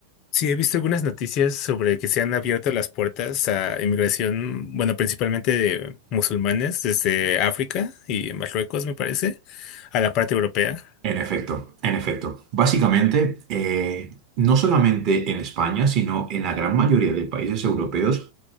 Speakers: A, on the left; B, on the right.
A: Sí, he visto algunas noticias sobre que se han abierto las puertas a inmigración, bueno, principalmente de musulmanes desde África y Marruecos, me parece, a la parte europea.
B: En efecto, en efecto. Básicamente, eh, no solamente en España, sino en la gran mayoría de países europeos,